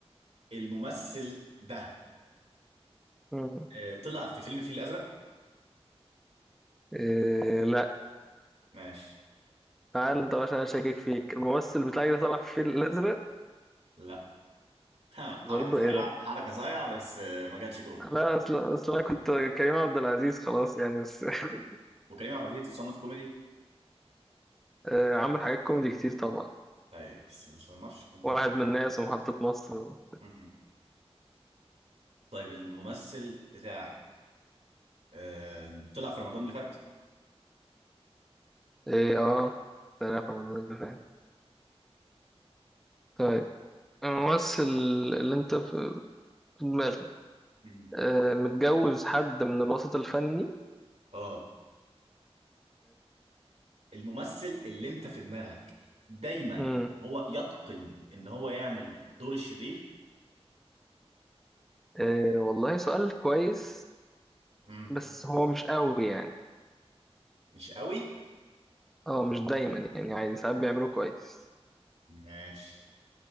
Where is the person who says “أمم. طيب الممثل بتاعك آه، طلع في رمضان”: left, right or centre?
Right